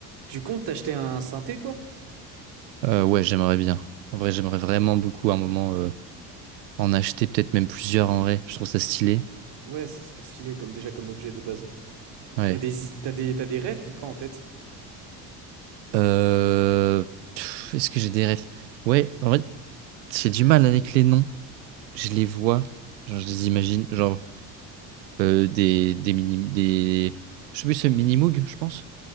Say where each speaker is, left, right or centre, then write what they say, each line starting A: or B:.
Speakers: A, on the right (about 60°); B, on the right (about 85°).
A: Tu comptes t'acheter un synthé, toi?
B: Euh, ouais, j'aimerais bien. En vrai, j'aimerais vraiment beaucoup à un moment euh, en acheter, peut-être même plusieurs en vrai. Je trouve ça stylé.
A: Ouais, c'est super stylé, comme déjà comme objet de base. Et
B: Ouais.
A: t'as des, t'as des, t'as des refs ou pas en tête?
B: Euh, pff, Est-ce que j'ai des rêves? Ouais, en vrai, j'ai du mal avec les noms. Je les vois, genre je les imagine, genre euh, des, des mini, des, je sais plus, c'est mini moog, je pense.